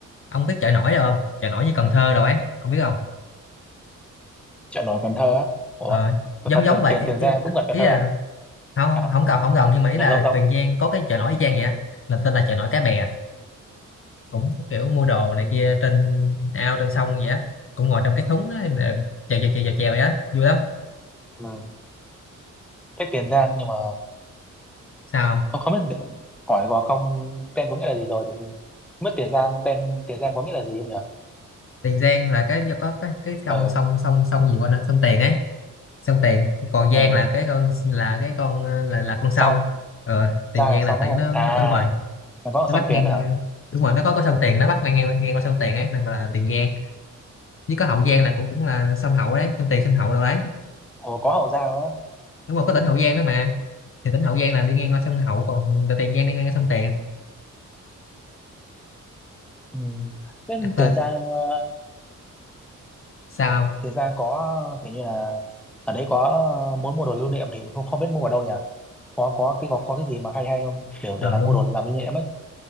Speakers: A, on the left; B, in the centre.
A: ông biết chợ nổi đâu không chợ nổi như Cần Thơ đâu ấy không biết không
B: chợ nổi Cần Thơ á ủa
A: ờ,
B: T-
A: giống
B: t-
A: giống
B: tiền
A: vậy
B: tiền Tiền
A: ý,
B: Giang
A: ý,
B: cũng gần Cần
A: ý
B: Thơ
A: là
B: à
A: không không
B: à
A: không cần không gần nhưng mà ý
B: là
A: là
B: giống giống
A: Tiền Giang có cái chợ nổi y chang vậy á, là tên là chợ nổi Cái Bè cũng kiểu mua đồ này
B: ừ
A: kia trên ao trên sông vậy á cũng ngồi trong cái thúng á để chèo chèo chèo chèo chèo vậy á vui lắm
B: mà thế Tiền Giang nhưng mà
A: sao không?
B: không không biết địa- hỏi Gò Công tên có nghĩa là gì rồi thì không biết Tiền Giang tên Tiền Giang có nghĩa là gì không nhỉ
A: Tiền Giang là cái có cái cái sông
B: ờ
A: sông sông sông gì quên á sông Tiền ấy sông Tiền còn Giang
B: ờ
A: là cái con là cái con ờ, là là con sông
B: xong
A: ờ, Tiền
B: Giang
A: Giang
B: là xong
A: là tại
B: đúng không
A: nó, nó
B: à
A: ở đúng rồi
B: còn có ở
A: nó
B: sông
A: bắc
B: Tiến
A: ngang
B: hả
A: qua đúng rồi nó có có sông Tiền nó bắc ngang ngang, ngang qua sông Tiền ấy nên gọi là Tiền Giang với có Hậu Giang là cũng cũng là sông Hậu đấy sông Tiền sông Hậu đâu đấy
B: ồ có Hậu Giang nữa
A: đúng rồi có tỉnh Hậu Giang nữa mà thì tỉnh Hậu Giang là đi ngang qua sông Hậu còn Tiền Giang đi ngang qua sông Tiền
B: Ừ. Thế
A: đặt tên
B: Tiền Giang ờ,
A: sao
B: Tiền Giang có kiểu như là ở đấy có ờ, muốn mua đồ lưu niệm thì mình không không biết mua ở đâu nhỉ có có cái có, có cái gì mà hay hay không để
A: đồ
B: để làm
A: lưu
B: mua đồ làm lưu niệm ấy